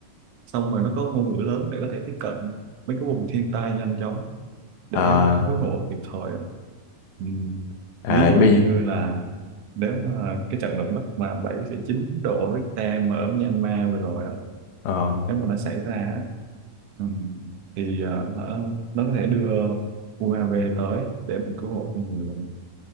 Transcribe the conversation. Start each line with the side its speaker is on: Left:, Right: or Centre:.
Right: xong rồi nó có ngôn ngữ lớn để có thể tiếp cận mấy cái vùng thiên tai nhanh chóng để
Left: Ờ,
Right: cứu hộ kịp thời á. ừ.
Left: à,
Right: ví dụ
Left: bây,
Right: như là nếu mà cái trận động đất mà 7,9 độ Richter mà ở Myanmar vừa rồi á
Left: ờ,
Right: nếu mà nó xảy ra á, ừ, thì ờ, hả, nó có thể đưa UAV tới để mình cứu hộ con người luôn